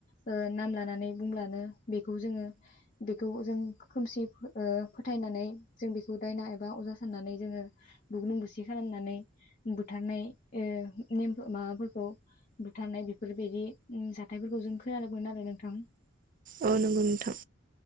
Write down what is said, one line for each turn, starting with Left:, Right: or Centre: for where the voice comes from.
Left: ओ नाम लानानै बुंब्लानो बेखौ जोङो बेखौ जों खोमसि ओ फोथायनानै जों बेखौ दायना एबा अजा साननानै जोङो बुग्लुं बुसि खालामनानै बुथारनाय ओ नेम माबाफोरखौ बुथारनाय बे फोर बिदि उम जाथायफोरखौ जों खोनादोंमोन आरो नोंथां।
Right: अ नंगौ नोंथां।